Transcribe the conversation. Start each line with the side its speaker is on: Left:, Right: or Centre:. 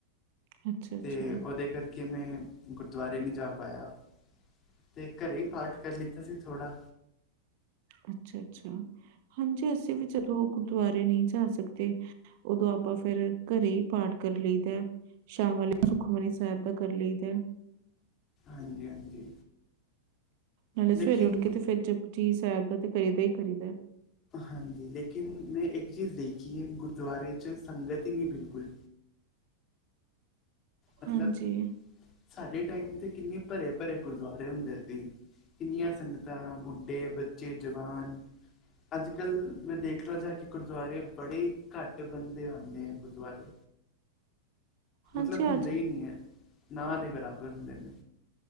Right: ਹੈ। ਅੱਛਾ ਅੱਛਾ,
Left: ਤੇ, ਉਹਦੇ ਕਰਕੇ ਮੈਂ ਗੁਰਦੁਆਰੇ ਨਹੀਂ ਜਾ ਪਾਇਆ ਤੇ ਘਰੇ ਹੀ ਪਾਠ ਕਰ ਲਿੱਤਾ ਸੀ, ਥੋੜ੍ਹਾ।
Right: ਅੱਛਾ-ਅੱਛਾ। ਹਾਂਜੀ, ਅਸੀਂ ਵੀ ਜਦੋਂ ਗੁਰਦੁਆਰੇ ਨਹੀਂ ਜਾ ਸਕਦੇ ਓਦੋਂ ਆਪਾਂ ਫੇਰ ਘਰੇ ਹੀ ਪਾਠ ਕਰ ਲਈ ਦੈ ਸ਼ਾਮ ਵੇਲੇ ਸੁਖਮਨੀ ਸਾਹਿਬ ਦਾ ਕਰ ਲਈ ਦੈ
Left: ਹਾਂਜੀ -ਹਾਂਜੀ।
Right: ਨਾਲੇ,
Left: ਲੇਕਿਨ
Right: ਸਵੇਰੇ ਉੱਠ ਕੇ ਤੇ ਫਿਰ ਜਪਜੀ ਸਾਹਿਬ ਦਾ ਤੇ ਕਰੀ ਦਾ ਹੀ ਕਰੀਦਾ,
Left: ਹਾਂਜੀ, ਲੇਕਿਨ ਮੈਂ ਇੱਕ ਚੀਜ਼ ਦੇਖੀ ਹੈ- ਗੁਰਦੁਆਰੇ 'ਚ ਸੰਗਤ ਹੀ ਨਹੀਂ ਬਿਲਕੁਲ ਮਤਲਬ
Right: ਹਾਂਜੀ,
Left: ਸਾਡੇ ਟਾਈਮ ਤੇ ਕਿੰਨੇ ਭਰੇ ਭਰੇ ਗੁਰਦੁਆਰੇ ਹੁੰਦੇ ਸੀ। ਕਿੰਨੀਆਂ ਸੰਗਤਾਂ- ਬੁੱਢੇ, ਬੱਚੇ, ਜਵਾਨ ਅੱਜ-ਕੱਲ੍ਹ, ਮੈਂ ਦੇਖਨਾ ਜਾ ਕੇ ਗੁਰਦੁਆਰੇ, ਬੜੇ ਘੱਟ ਬੰਦੇ ਆਉਂਦੇ ਹੈ, ਗੁਰਦੁਆਰੇ।
Right: ਹਾਂਜੀ
Left: ਮਤਲਬ ਹੁੰਦੇ
Right: ਅੱਜ
Left: ਹੀ ਨਹੀਂ ਹੈ, ਨਾ ਦੇ ਬਰਾਬਰ ਹੁੰਦੇ ਨੇ।